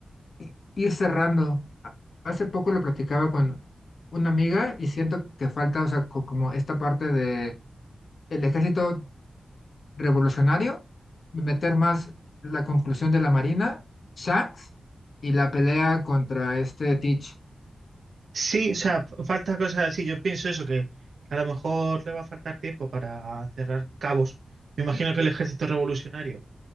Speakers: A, on the left; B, on the right.
A: i- ir cerrando? A- Hace poco lo platicaba con una amiga y siento que falta, o sea, co- como esta parte de el ejército revolucionario, meter más la conclusión de la Marina, Shanks y la pelea contra este Teach.
B: Sí, o sea, f- falta cosas así. Yo pienso eso, que a lo mejor le va a faltar tiempo para cerrar cabos. Me imagino que el ejército revolucionario